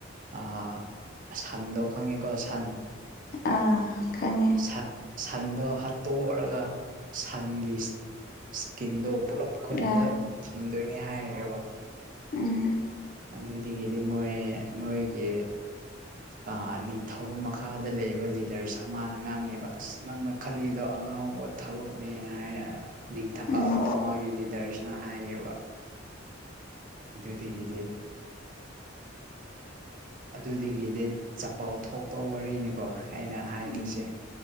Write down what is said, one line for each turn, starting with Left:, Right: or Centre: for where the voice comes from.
Right: ꯑꯥ ꯁꯟꯗꯣ ꯈꯪꯉꯦꯀꯣ ꯁꯟ
Left: ꯑꯥ ꯈꯪꯉꯦ
Right: ꯁꯟ ꯁꯟꯗꯣ ꯍꯥꯠꯇꯣꯛꯔꯒ ꯁꯟꯒꯤ ꯏꯁꯀꯤꯟꯗꯣ ꯄꯨꯂꯞ ꯈꯨꯟꯗ
Left: ꯑꯥ
Right: ꯊꯝꯗꯣꯏꯅꯤ ꯍꯥꯏꯔꯛꯑꯦꯕ
Left: ꯎꯝ
Right: ꯑꯗꯨꯗꯒꯤꯗꯤ ꯃꯣꯏ ꯃꯣꯏꯒꯤ ꯑꯥ ꯅꯤꯡꯊꯧ ꯃꯈꯥꯗ ꯂꯩꯕ ꯂꯤꯗꯔꯁ ꯑꯃꯅ ꯉꯥꯡꯉꯦꯕ ꯑꯁ ꯅꯪꯅ ꯈꯜꯂꯤꯗꯣ ꯑꯉꯥꯎꯕ ꯊꯕꯛꯅꯦꯅ ꯍꯥꯏꯔ ꯅꯤꯡꯊ
Left: ꯎꯝ
Right: ꯃꯥꯒꯤ ꯂꯤꯗꯔꯁꯤꯅ ꯍꯥꯏꯌꯦꯕ꯫ ꯑꯗꯨꯗꯤꯒꯤꯗꯤ ꯑꯗꯨꯗꯤꯒꯤꯗꯤ ꯆꯄꯜ ꯊꯣꯛꯄ ꯋꯥꯔꯤꯅꯤꯀꯣ ꯑꯩꯅ ꯍꯥꯏꯔꯤꯁꯦ꯫
Left: ꯎꯝ